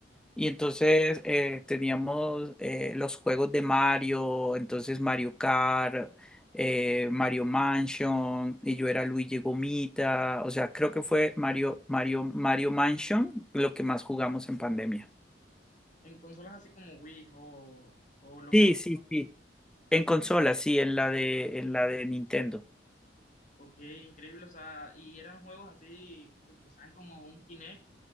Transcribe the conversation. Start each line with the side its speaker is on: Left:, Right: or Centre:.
Centre: Y entonces eh, teníamos eh, los juegos de Mario, entonces Mario Kart, eh, Mario Mansion, y yo era Luigi Gomita. O sea, creo que fue Mario, Mario, Mario Mansion lo que más jugamos en pandemia.
Left: en consolas así como Wii o, o lo
Centre: Sí,
Left: por...
Centre: sí, sí. En consola, sí, en la de, en la de Nintendo.
Left: Ok, increíble. O sea, y eran juegos así que utilizaban como un Kinect